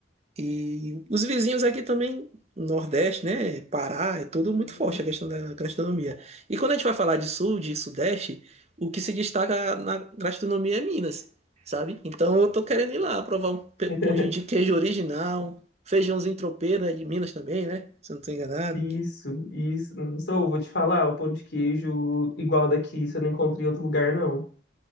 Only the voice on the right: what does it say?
E os vizinhos aqui também, Nordeste, né? Pará, é tudo muito
forte a questão da gastronomia. E quando a gente vai falar de Sul, de Sudeste, o que se destaca na gastronomia é Minas, sabe? Então eu tô querendo ir lá provar um pe-
pãozinho de queijo original, feijãozinho tropeiro, é de Minas também, né? Se eu não tô enganado.